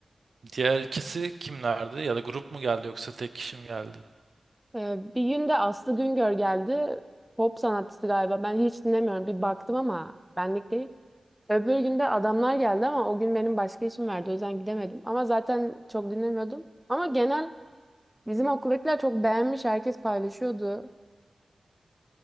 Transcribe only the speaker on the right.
Diğer ikisi kimlerdi? Ya da grup mu geldi yoksa tek kişi mi geldi?